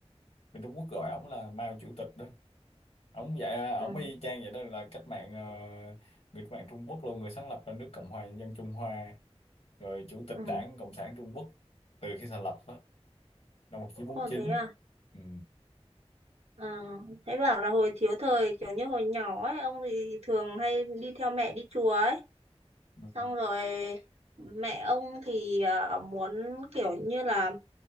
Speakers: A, on the left; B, on the right.
A: bên Trung Quốc gọi ổng là Mao Chủ tịch đó ông dạ ông
B: ừ,
A: y chang vậy đó là cách mạng ờ, người cách mạng Trung Quốc luôn người sáng lập ra nước Cộng hòa Nhân dân Trung Hoa rồi chủ tịch
B: ừ.
A: Đảng Cộng sản Trung Quốc từ khi thành lập đó năm 1949
B: Ồ thế à?
A: ừ.
B: À, thế bảo là hồi thiếu thời kiểu như hồi nhỏ ấy, ông thì thường hay đi theo mẹ đi chùa ấy.
A: Ừ.
B: Xong rồi mẹ ông thì ờ, muốn kiểu như là